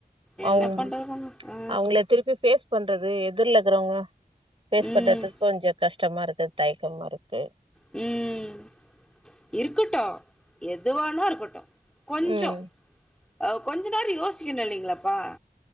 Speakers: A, in the centre; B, on the right.
A: என்ன
B: அவுங்
A: பண்றதுங்க ஆ
B: அவுங்கள திருப்பி பேஸ் பண்றது எதுர்ல இருக் க்கவங்க பேஸ்
A: ம்
B: பண்றதுக்கு கொஞ்ச கஷ்டமா இருக் கு தயக்கமா இருக்கு
A: ம்க்ம் ம்ச் இருக்கட்டு எதுவானா இருக்கட்டு கொஞ்சோ
B: ம்
A: அவ் கொஞ்ச நேரோ யோசிக்கணு இல்லைங்களாப்பா